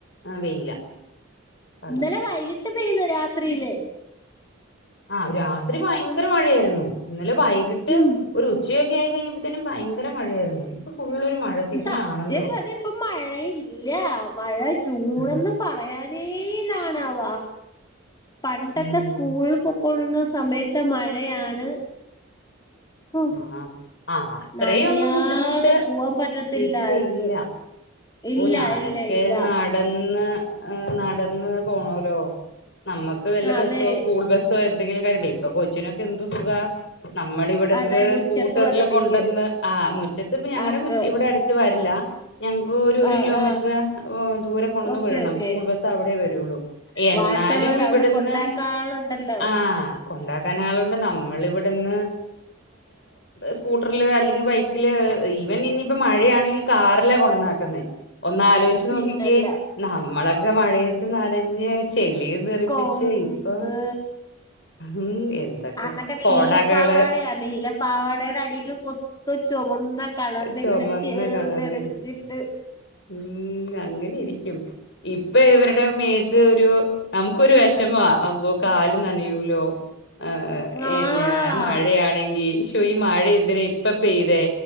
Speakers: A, on the left (about 55°); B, on the left (about 20°).
A: വെയില കാലാവസ്ഥ
B: ഇന്നലെ വൈകിട്ട് പെയ്ത രാത്രിയിലേ
A: ആഹ രാത്രി ഭയങ്കര മഴയായിരുന്നു ഇന്നലെ വൈകിട്ട്
B: ഉം
A: ഒരു ഉച്ചയ ആയി കഴിഞ്ഞപ്പോ തന്നെ ഭയങ്കര മഴയായിരുന്നു ഇപ്പൊ ഫുള്ളൊരു മഴ സീസൺ
B: സത്യംപതി
A: ആണല്ലോ
B: ഇപ്പൊ മഴയില്ല മഴ ചൂടന്ന്
A: ആഹാ.
B: പറയാൻ നീനാണാവ പണ്ടൊക്കെ
A: ഉം
B: സ്കൂൾ കൊള്ളുന്ന സമയത്ത് മഴയാണ് ഹോ
A: ആഹ് ആഹ് അത്രയൊന്നും
B: നനയാതെ
A: ബുദ്ധിമുട്ട്
B: പോവാൻ പറ്റത്തില്ലായിരുന്നു
A: ഇപ്പ ഇല്ല
B: ഇല്ല
A: ഓ ഞാനൊക്കെ
B: ഇല്ല ഇല്ല
A: നടന് ഇന്ന് ഏ നടന്ന് പോണല്ലോ നമ്മുക്ക് വല്ല ബസ്സോ
B: അതെ
A: സ്കൂൾ ബസ്സോ എന്തങ്കിലും കയണ്ടേ ഇപ്പൊ കൊച്ചിനൊക്കെ എന്ത്‌ സുഖാ നമ്മൾ ഇവിടെന്ന്
B: അതെ മുറ്റത്തും
A: സ്കൂട്ടറിൽ
B: അതെ നിക്കും
A: കൊണ്ടുവന്ന് ആ മുറ്റത്ത് ഇപ്പ ഞങ്ങളുടെ
B: ആക്ക്
A: ഇവിടെ അടുത്ത് വരില്ല ഞ ഒരു ഒരു
B: ആഹ്
A: കിലോമീറ്റർ
B: ആഹ്
A: ദൂരെ കൊണ്ടന്ന്
B: ഓക്കെ
A: വിടണം
B: ഓക്കെ
A: സ്കൂൾ ബസ് അവിടെ വരുള്ളു എന്നാലും
B: വാട്ടവർ അവിടെ
A: ഇവിടുന്ന്
B: കൊണ്ടാക്കാളുണ്ടല്ലോ
A: ആഹ കൊണ്ടാക്കാൻ ആളുകൊണ്ട് നമ്മൾ ഇവിടുന്ന് സ്കൂട്ടറില് അല്ലെങ്കിൽ ബൈക്കില് ഈവൻ ഇനിയിപ്പോ മഴയാണെങ്കിൽ കാറിലാ കൊണ്ടാക്ക തന്നെ ഒന്നാലോചിച്ച്
B: പിന്നല്ല
A: നോക്കിക്കെ നമ്മളൊക്കെ മഴയത്ത് നനഞ്ഞ് ചെളിയ നിറിപ്പിച്ച്
B: കൊന്ന്
A: ഇപ്പൊ ഉം എന്തൊക്കെ
B: അന്നൊക്കെ നീലപ്പാവാടയാ
A: കൊടകള്
B: നീലപ്പാവാടയുടെ അടിയിലും മുത്ത ചോവന്ന കളറിലിങ്ങനെ
A: ചുമന്ന
B: ചേറ്
A: കളറിലിരിക്കും
B: തെളിച്ചിട്ട്
A: ഉം അങ്ങനെ ഇരിക്കും ഇപ്പൊ ഇവരുടെ മേത്ത് ഒരു നമുക്കൊരു വിഷമ അപ്പോ കാല് നനയൂലോ ആ
B: ആഹ്
A: എന്നെ മഴയാണെങ്കി ശോ ഈ മഴ എന്തിനാ ഇപ്പ പെയ്തേ